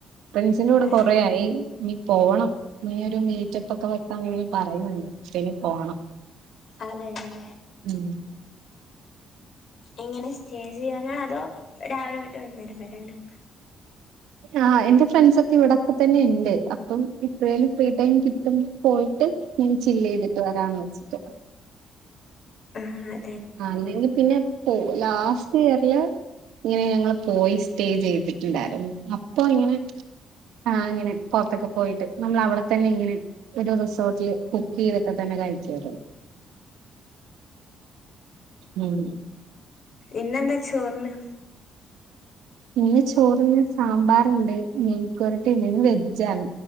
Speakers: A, on the right; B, on the left.
A: ഫ്രണ്ട്സിന്റൊടെ
B: അതെ
A: കൊറെ ആയി ഇനി പോവണം ഇനിയൊരു മീറ്റപ്പക്കെ വെക്കാൻ വേണ്ടി പറയ്ണണ്ട് പോണം
B: അതേലെ
A: ഉം
B: എങ്ങനെ സ്റ്റേ ചെയ്യാനാണോ അതൊ രാവിലെ തൊ ട്ട് വൈന്നേരം വരെണോ
A: ആ എന്റെ ഫ്രണ്ട്സൊക്കെ ഇവിടൊക്കെ തന്നെണ്ട് അപ്പം എപ്പഴേലും ഫ്രീ ടൈം കിട്ടുമ്പൊ പോയിട്ട് ചില്ലയ്തിട്ട് വരാന്ന് വെച്ചിട്ട്
B: ആഹ്
A: ആ അല്ലെങ്കി പിന്നെ ലാസ്റ്റ് ഇയർല് ഇങ്ങനെ ഞങ്ങള് പോയി സ്റ്റേ ചെയ്തിട്ടുണ്ടായ്ര്ന്നു അപ്പൊ ഇങ്ങനെ ആ ഇങ്ങനെ പൊർത്തൊക്കെ പോയിട്ട് നമ്മൾ അവിടെ തന്നെ ഇങ്ങനെ ഒരു റിസോർട്ട്ല് കുക്കെയ്തിട്ടൊക്കെ തന്നെ കൈക്കായ്രുന്നു ഉം
B: ഇന്നെന്താ ചോറിന്
A: ഇന്ന് ചോറിന് സാമ്പാറുണ്ട് മെഴുക്കുപെരട്ടി ഉണ്ട് ഇന്ന് വെജാണ്